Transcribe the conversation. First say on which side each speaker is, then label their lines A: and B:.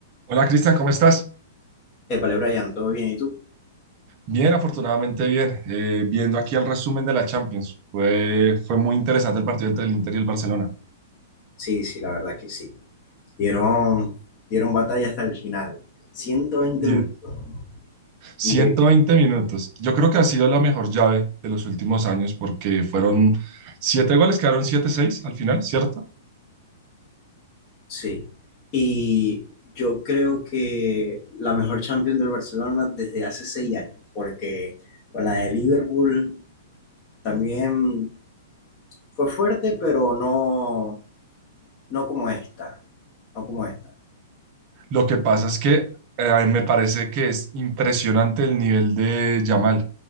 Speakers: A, on the right; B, on the left.
A: Hola Cristian, ¿cómo estás?
B: Épale, Brian, ¿todo bien? ¿Y tú?
A: Bien, afortunadamente bien. Eh, viendo aquí el resumen de la Champions, fue, fue muy interesante el partido entre el Inter y el Barcelona.
B: Sí, sí, la verdad que sí. Dieron, dieron batalla hasta el final. ciento veinte
A: Diez,
B: minutos.
A: ciento
B: Increíble.
A: veinte minutos. Yo creo que ha sido la mejor llave de los últimos años porque fueron 7 goles, quedaron siete seis al final, ¿cierto?
B: Sí. Y yo creo que la mejor Champions del Barcelona desde hace seis años, porque con la de Liverpool también fue fuerte, pero no, no como esta. No como esta.
A: Lo que pasa es que eh, me parece que es impresionante el nivel de Yamal.